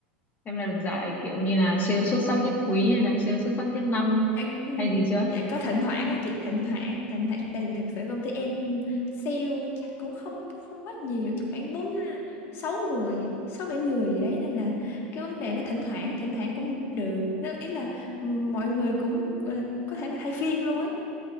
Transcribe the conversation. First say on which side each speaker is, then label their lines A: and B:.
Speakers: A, on the left (about 30°); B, on the left (about 45°).
A: Em là được giải kiểu như là sale xuất sắc nhất quý hay là sale xuất sắc nhất năm
B: À,
A: hay gì chưa?
B: dạ có thỉnh thoảng á chị thỉnh thoảng thỉnh thoảng tại vì thực sự công ty em sale chắc cũng không không quá nhiều chắc khoảng bốn sáu người sáu bảy người gì đấy nên là cái vấn đề nó thỉnh thoảng thỉnh thoảng cũng được nó ý là ừm, mọi người cũng gọi là có thể là thay phiên luôn ấy